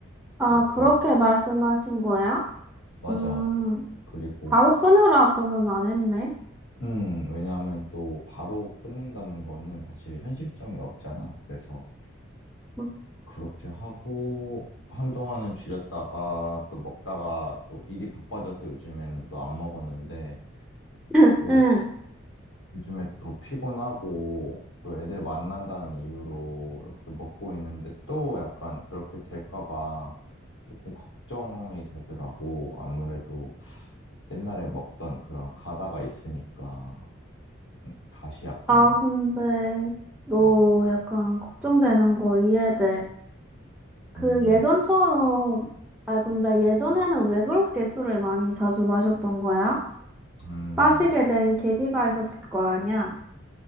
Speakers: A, in the centre; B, on the left.
A: 아,
B: 이렇게
A: 그렇게 말씀하신 거야?
B: 맞아.
A: 음,
B: 그리고
A: 바로 끊으라고는 안 했네.
B: 음, 왜냐하면 또 바로 끊는다는 거는 사실 현실성이 없잖아. 그래서
A: <clears throat>
B: 그렇게 하고 한동안은 줄였다가 또 먹다가 또 일이 바빠져서 요즘엔 또 안 먹었는데
A: 응.
B: 또 요즘에 또 피곤하고 또 애들 만난다는 이유로 이렇게 먹고 있는데 또 약간 그렇게 될까 봐 조금 걱정이 되더라고. 아무래도 옛날에 먹던 그런 가다가 있으니까 음, 다시 약간
A: 아, 근데 너
B: 음,
A: 약간 걱정되는 거 이해돼. 그
B: 음,
A: 예전처럼, 아이, 근데 예전에는 왜 그렇게 술을 많이 자주 마셨던 거야?
B: 음,
A: 빠지게 된 계기가 있었을 거 아니야?